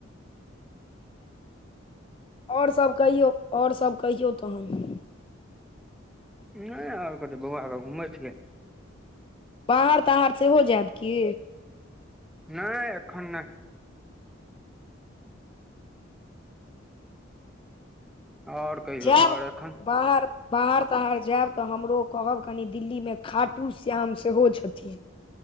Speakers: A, on the left; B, in the centre.
A: ओर सब कहियौ ओर सब कहियौ तहन
B: नय आओर कथी बौआ क घूमै छैये
A: बहाड़ तहाहाड़ सेहो जायब की
B: नय एखन नय ओर कहियौ
A: जायब
B: ओर एखन
A: बाहर बाहर ताहर जायब तऽ हमरो कहब कनि दिल्ली मे खाटू श्याम सेहो छथिन